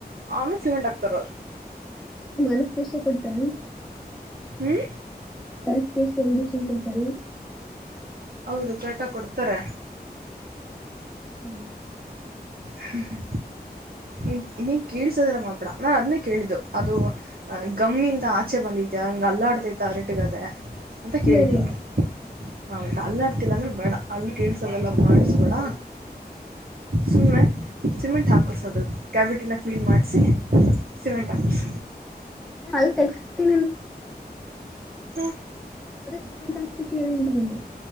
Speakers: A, on the right (about 65°); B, in the centre.
A: ಆಮೇ ಸಿಮೆಂಟ್ ಹಾಕ್ತರವ್ರ್
B: ನಮ್ಗ ಅನಸ್ತೆಷ್ಯ ಕೊಡ್ತಾರೆನ್
A: ಹ್ಮ್
B: ಅನಸ್ತೆಷ್ಯ ಇಂಜೆಕ್ಷನ್ ಕೊಡ್ತಾರೆನು
A: ಹೌದು ಕರೆಕ್ಟಾಗ್ ಕೊಡ್ತಾರೆ
B: ಉಗ್
A: ಹ್ ಏ ನೀನ್ ಕೇಳ್ಸದ್ರ ಮಾಬಡ ನಾನ್ ಅದನ್ನೇ ಕೇಳಿದ್ದು ಅದು ಗಮ್ಮಿಂದ ಆಚೆ ಬಂದಿ ದ್ಯ ಹಂಗ ಅಲ್ಲ ಆಡ್ತೈತ ಅರಟಗದೆ ಅಂತ
B: ಇಲ್ಲ
A: ಕೇಳಿದ
B: ರೀ
A: ನಾನು
B: ಇಲ್ಲ
A: ಆಮ್ತ ಅಲ್ಲಾಡ್ತಿಲ್ಲ ಅಂದ್ರೆ ಬೇಡ ಅಲ್ಲ್ ಕಿಳಸದೆಲ್ಲಾ ಮಾಡಸಬೇಡ ಸುಮ್ನೆ ಸಿಮೆಂಟ್ ಹಾಕ್ಸ ದು ಕ್ಯಾವಿಟಿನ ಕ್ಲೀನ್ ಮಾಡಿಸಿ ಸಿಮೆಂಟ್ ಹಾಕಸ್
B: ಏ ಅಲ್ಲ್ ತೆಗಸ್ತಿ
A: ಹಾ
B: ಅದೇ ಸಿಮೆಂಟ್ ಹಾಕ್ಲಿಕ್ಕೆ ಹೇಳಿ ಅಂದ್ನಿಲ